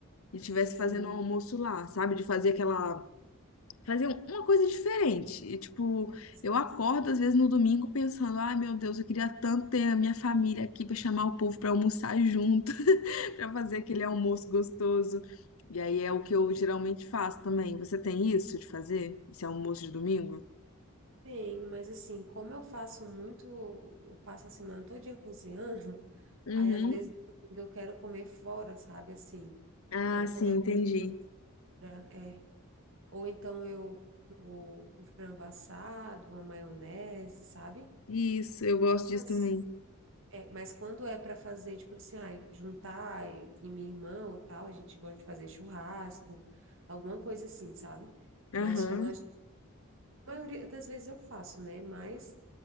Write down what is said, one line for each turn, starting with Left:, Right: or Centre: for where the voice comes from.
Left: e estivesse
Right: Sim.
Left: fazendo um almoço lá, sabe? De fazer aquela. Fazer um- uma coisa diferente. E, tipo,
Right: Sim.
Left: eu acordo às vezes no domingo pensando, ai meu Deus, eu queria tanto ter a minha família aqui pra chamar o povo pra almoçar junto para fazer
Right: Uhum.
Left: aquele almoço gostoso. E aí é o que eu geralmente faço também. Você tem isso de fazer? Esse almoço de domingo?
Right: Tem, mas assim, como eu faço muito, eu passo a semana todinha cozinhando, <laughs>
Left: Uhum.
Right: aí às vezes eu quero comer fora, sabe? Assim,
Left: Ah,
Right: quero
Left: sim,
Right: comer
Left: entendi.
Right: coisa fora, é. Ou então eu compro um frango assado, uma maionese, sabe?
Left: Isso, eu gosto disso
Right: Mas,
Left: também.
Right: é, mas quando é para fazer, tipo assim, ah, juntar e vir minha irmã ou tal, a gente gosta de fazer churrasco, alguma coisa assim, sabe?
Left: Aham.
Right: Mas só nós, a maioria das vezes eu faço, né? Mas.